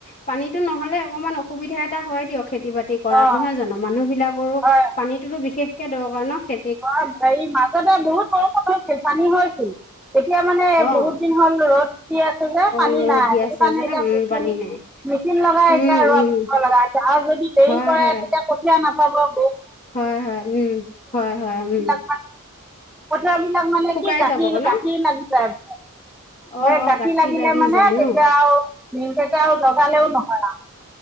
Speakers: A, on the left; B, in the centre.
A: পানীতটো নহ'লে অকমান অসুবিধা এটা হয় দিয়ক খেতি বা তি কৰা
B: অ
A: নহয় জানো মানুহ বিলাকৰো
B: হয়
A: পানীতোতো বিশেষকে দৰকাৰ ন খে
B: অঁ, হেৰি মাজতে বহুত বৰষূণ হৈছিল পানী হৈছিল। এতিয়া মানে
A: অ',
B: বহুত দিন হ'ল ৰদ কি আছে যে
A: অ',
B: পানী
A: ৰ'দ
B: নাই,
A: দি
B: সেইটো
A: আছে
B: কাৰণে
A: যে
B: এতিয়া
A: উম,
B: গুখিনি
A: পানী নাই
B: মেচিন লগাই
A: উম,
B: এতিয়া ৰুৱাটো
A: উম,
B: লগাই আছে, আৰু যদি দেৰি
A: হয়,
B: কৰে
A: হয়,
B: তেতিয়া কঠীয়া নাপাব ব
A: হয়, হয়, উম, হয়, হয়, উম,
B: <inaudible> কঠীয়া বিলাক মানে
A: শুকাই
B: কি গাঁঠিৰ
A: যাবগৈ ন
B: গাঁঠিৰ লাগি যায়। হে
A: অ', অ',
B: গাঁঠি লাগিলে
A: লাগি
B: মানে
A: যায় ন
B: তেতিয়া আৰু নিমকতে আৰু লগালেও নহয় আও।